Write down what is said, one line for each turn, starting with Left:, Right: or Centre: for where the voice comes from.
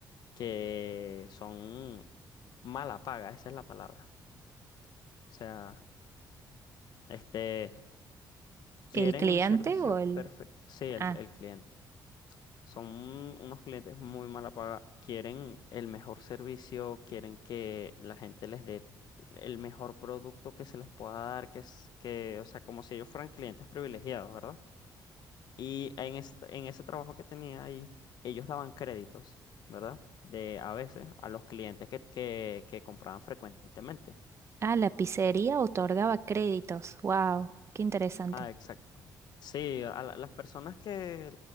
Left: que son mala paga, esa es la palabra. O sea, este, quieren
Right: ¿El cliente
Left: un servicio
Right: o el...
Left: perfecto. Sí, el,
Right: Ah,
Left: el cliente. Son un- unos clientes muy mala paga. Quieren el mejor servicio, quieren que la gente les dé el mejor producto que se les pueda dar, que es que, o sea, como si ellos fueran clientes privilegiados, ¿verdad? Y en ese, en ese trabajo que tenía ahí, ellos daban créditos, ¿verdad? De a veces a los clientes que, que, que compraban frecuentemente.
Right: ah, la pizzería otorgaba créditos. Wow, qué interesante.
Left: Ah, exacto. Sí, a la- las personas que,